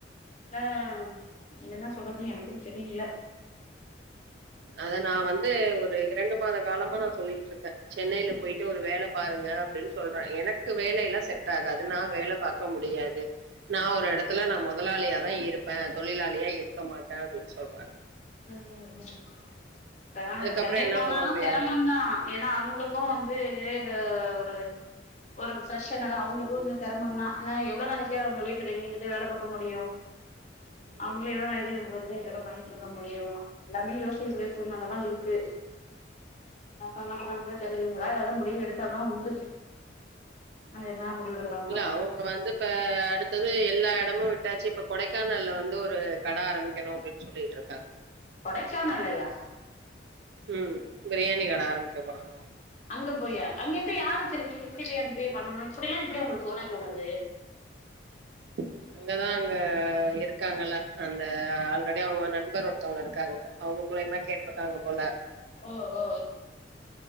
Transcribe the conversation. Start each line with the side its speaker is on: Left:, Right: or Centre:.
Left: அ ம் என்னா சொல்றதுன் எனக்குந் தெரியில.
Right: அத நா வந்து ஒரு இரண்டு மாத காலமா நா சொல்லிகிட்ருக்கே. சென்னையில போயிட்டு ஒரு வேல பாருங்க அப்டின் சொல்றே எனக்கு வேலையெல்லா செட் ஆகாது நா வேல பாக்க முடியாது. நா ஒரு எடத்துல நா மொதலாளியாதா இருப்பே தொழிலாளியா இருக்க மாட்டே அப்டின் சொல்றாங்.
Left: ம் ம் இப்பல்லா
Right: அதுக்கப்புறம்
Left: அது சென்னை
Right: என்ன
Left: போனாலு
Right: சொல்ல முடியும்?
Left: செரமந்தா. ஏனா அவுங்குளுக்கு வந்து அ ஒரு ஒரு ஃப்ரெஷர்னால அவுங்களுக்கு இங்க செரமந்தா ஆனா எவ்ளோ நாளைக்குதா அவுங்க வீட்ல கை <unintelligible> வேல பாக்க முடியு.
Right: <inaudible> ம்.
Left: அவுங்ளே எவ்ள நாளைக்குதா நமக்கு வந்து இது எல்லா பண்ணி க முடியு எல்லாருமே யோசிக்கக்கூடிய சூழ்நெலதா இருக்கு. நா பண்ண கூடாதுன்தா தெரிதுங்களா இல்ல அதா முடிவு எடுத்தாதா உண்டு. அ என்னா முடிவடுக்கறா
Right: இல்ல அவுங்க வந்து இப்ப அடுத்தது எல்லா எடமு விட்டாச்சு இப்ப கொடைக்கானல்ல வந்து ஒரு கட ஆரம்பிக்கணு அப்டின் சொல்லிட்ருக்கா.
Left: கொடைக்கானல்லையா?
Right: ம் பிரியாணி கட ஆரம்பிக்க போறாங்க
Left: அங்க போயா அங்க எப்டி யார தெரியு எப்படி போய் அங்க போய் பண்ணணு‌ இப்படி‌ எல்லாம் எப்படி அவுங்களுக்கு தோணதோணுது
Right: <inaudible> அங்கதா அங்க இருக்காங்கல்ல அந்த ஆல்ரெடி அவுங்க நண்பர் ஒருத்தோவங்க இருக்காங்க அவுங்க மூலியமா கேட் ருக்காங்க போல
Left: ஓ ஓ